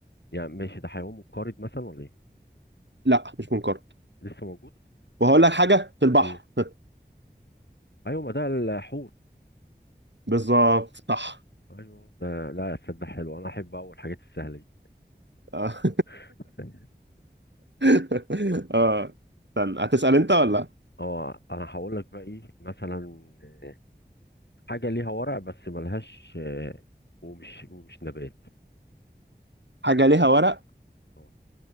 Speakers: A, on the left; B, on the right.
A: يعني ماشي ده حيوان منقرض مثلا ولا ايه
B: لا مش منقرض
A: لسه موجود
B: وهقول لك حاجه في البحر
A: امم
B: <laughs>
A: ايوه ما ده الحوت
B: بالظبط صح
A: ايوه ده لا تصدق حلو انا احب اول الحاجات السهله دي
B: اه
A: <laughs>
B: <laughs> آه. استنى هتسال انت ولا
A: اه انا هقول لك بقى ايه مثلا آه، حاجه ليها ورق بس ملهاش آه، ومش ومش نبات
B: حاجه ليها ورق
A: اه